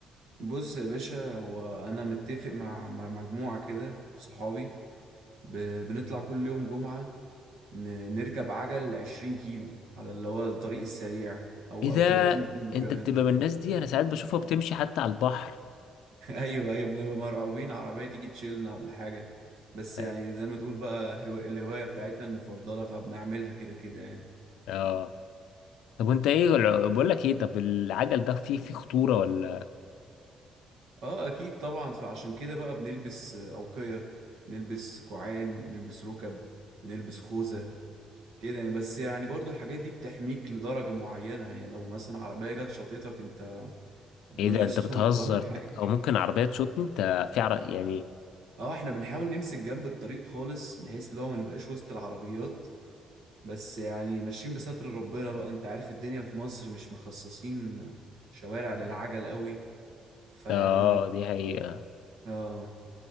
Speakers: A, on the right (about 85°); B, on the left (about 85°).
A: بص يا باشا هو انا متفق مع مع مجموعه كده صحابي ب... بنطلع كل يوم جمعه ن... نركب عجل 20 كيلو على اللي هو الطريق السريع او
B: ايه ده
A: او 30 كيلو
B: انت
A: كمان
B: بتبقى من الناس دي انا ساعات بشوفها بتمشي حتى على البحر
A: <laughs> ايوه ايوه بنبقى مرعوبين عربيه تيجي تشيلنا ولا حاجه بس
B: اه
A: يعني زي ما تقول بقى هو... الهوايه بتاعتنا المفضله فبنعملها كده كده يعني
B: آه. طب وانت ايه الع- بقول لك ايه طب العجل ده فيه فيه خطورة ولا
A: اه اكيد طبعا فعشان كده بقى بنلبس اوقيه نلبس كوعان نلبس ركب بنلبس خوذه كده يعني بس يعني برضو الحاجات دي بتحميك لدرجة معينة يعني لو مثلا عربية جت شاطتك انت ربنا
B: ايه ده
A: يسترها
B: انت بتهزر
A: بقى <laughs>
B: ت-
A: معاك
B: او ممكن عربية تشوطني انت في عر... يعني
A: اه احنا بنحاول نمسك جنب الطريق خالص بحيث اللي هو ما نبقاش وسط العربيات بس يعني ماشيين بستر ربنا بقى انت عارف الدنيا في مصر مش مخصصين شوارع للعجل قوي فيعني
B: اه دي حقيقة
A: اه